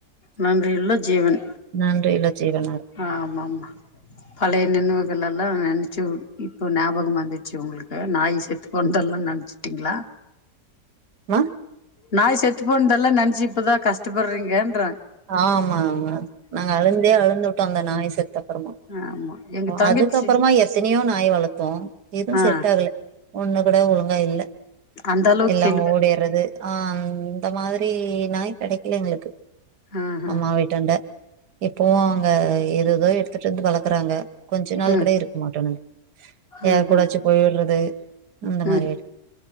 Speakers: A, on the left; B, on the right.
A: நன்றியுள்ள ஜீவன்
B: நன்றியுள்ள ஜீவனா
A: ஆமாமா பழைய நினைவுகள்லா லா நெனச்சு இப்ப ஞாபகம் வந்துச்சு உங்களுக்கு நாய் செத்து போனதெல்லா நெனச்சுட்டீங்களா
B: அ
A: நாய் செத்து போன்தெல்லா நெனச்சு இப்பதா கஸ்டப்பட்றீங்கன்ற
B: ஆமா ஆமா நாங்க அழுந்தே அழுந்துட்டோம் அந்த நாய் செத்த அப்பறமா
A: ஆமா எங்க தங்கச்சி
B: அதுக்கப்பறமா எத்தனையோ நாய் வளர்த்தோம் எதுவும்
A: ஆ
B: செட் ஆகல ஒண்ணு கூட ஒழுங்கா இல்ல
A: அந்த அளவுக்கு
B: எல்லாம்
A: தெளிவா
B: ஓடிறது ஆ அந்த மாரி ரி நாய் கிடைக்கல எங்களுக்கு
A: ஆஹா
B: அம்மா வீட்டாண்டா இப்பவு அங்க ஏததோ எடுத்துட்டு வந்து வளர்க்குறாங்க கொஞ்சம் நாள்
A: ம்
B: கூட இருக்க மாட்டோன்னு யார்
A: ம்
B: கூடாச்சு
A: ம்
B: போய்ட்றது அந்த மாரி
A: ம்
B: வீடு